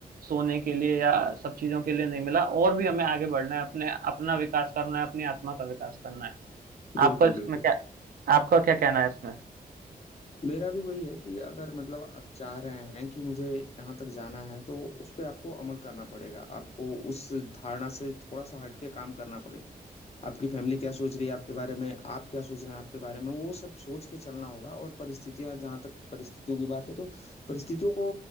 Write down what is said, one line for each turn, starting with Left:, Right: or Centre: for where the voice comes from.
Right: सोने के लिए या सब चीज़ों के लिए नहीं मिला और भी हमें आगे बढ़ना है, अपने अपना विकास करना है, अपनी आत्मा का विकास करना है।
Left: बिल्कुल
Right: आपका इसमें
Left: बिल्कुल
Right: क्या आपका क्या कहना है इसमें?
Left: मेरा भी वही है कि अगर मतलब आप चाह रहे हैं कि मुझे यहाँ तक जाना है तो उस पे आपको अमल करना पड़ेगा आपको उस धारणा से थोड़ा सा हट के काम करना पड़ेगा आपकी फैमिली क्या सोच रही है आपके बारे में आप क्या सोच रहे हैं आपके बारे में वो सब सोच के चलना होगा और परिस्थितियां जहाँ तक परिस्थितियों की बात है तो परिस्थितियों को